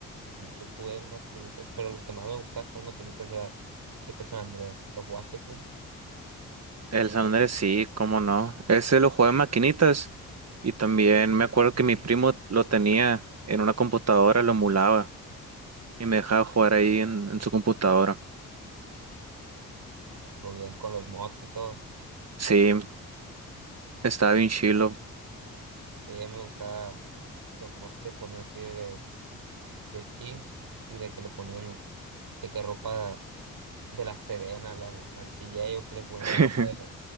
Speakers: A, on the right (about 65°); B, on the right (about 40°).
A: muchos jugué en maquinitas, pero el que más me gustaba jugar en maquinitas era GTA San Andreas. ¿Lo jugaste tú?
B: El San Andrés sí, cómo no. Ese lo jugaba en maquinitas y también me acuerdo que mi primo lo tenía en una computadora, lo emulaba y me dejaba jugar ahí en, en su computadora.
A: Go bien con los mods y todo.
B: Sí, estaba bien chilo.
A: Sí, me gustaba los mods que ponían así de de skins y de que le ponían de que ropa de la Sedena al, al al CJ o que le ponían
B: <laughs>
A: ropa de,